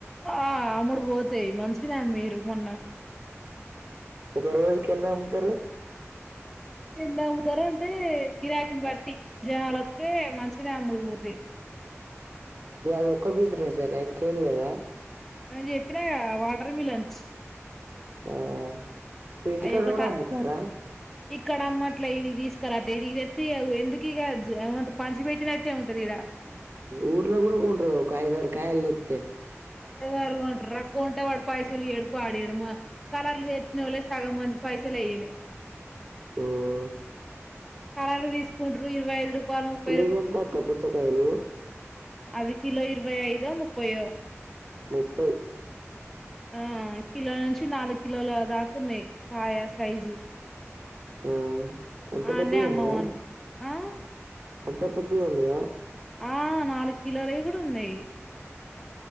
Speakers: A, in the centre; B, on the right.
A: ఆ అమ్ముడు పోతాయి. మంచినే అమ్మిరు మొన్న
B: ఒక రోజుకి ఎన్ని అమ్ముతారు
A: ఎన్ని అమ్ముతారు అంటే గిరాకిని బట్టి జనాలు వత్తే మంచినే అమ్ముడు పోతయి
B: ఈ అదొక్క బిజినెస్ ఏనా ఇంకేం లేదా అదొక్క
A: అ చెప్పినగా వాటర్ మిలన్స్
B: ఆ ఇప్పుడు ఇంటికాడ
A: అయి ఒకట
B: కూడా అమ్ముతారా
A: ఇక్కడ అమ్మట్లే ఈడు తీస్ ఇక్కడ ఇడికి తెత్తే ఎందుకు ఇక ఏమద్దు పంచి పెట్టినట్టే ఉంటది ఇడ
B: ఊర్లో కూడా కొంటారు కాద ఐదు ఆరు కాయలు తేత్తే
A: ఎవరకొంటార్రా కొంటే వాడు పైసలు ఇయ్యడు పాడు ఇయ్యడు కలర్లు తెచ్చినోళ్లే సగం మంది పైసలే ఇయ్యాలే
B: ఓ
A: కలర్లు తీసుకుంటారు ఇరవై ఐదు రూపాయలు ముప్పై
B: కేజీ ఎంతా అక్క పుచ్చకాయలు
A: అది కిలో ఇరవై ఐదో ముప్పయో
B: ముప్పైయ్
A: ఆ కిలో నించి నాలుగు కిలోల దాకున్నాయి. కాయ సైజు
B: ఉమ్ అంత
A: ఆన్నే
B: పెద్దయి
A: అమ్మవాన్
B: ఉన్నాయా.
A: ఆ
B: అంత పెద్దయి ఉన్నాయా.
A: ఆ నాలుగు కిలోలయి కూడ ఉన్నాయి.